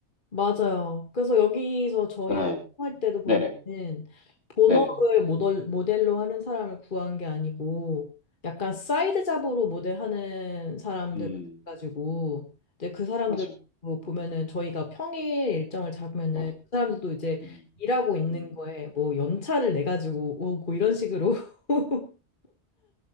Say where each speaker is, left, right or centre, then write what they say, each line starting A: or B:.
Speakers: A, on the left; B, on the left.
A: 맞아요. 그래서 여기서 저희
B: 네.
A: 할 때도 보면은
B: 네네,
A: 본업을
B: 네네.
A: 모델, 모델로 하는 사람을 구한 게 아니고 약간 사이드 잡으로 모델하는 사람들을
B: 음,
A: 가지고 이제 그 사람들
B: 맞아요.
A: 도 보면은 저희가 평일 일정을 잡으면은
B: 네.
A: 그 사람들도 이제
B: 음,
A: 일하고 있는
B: 음.
A: 거에 뭐 연차를 내 가지고 오고 이런 식으로 <laughs>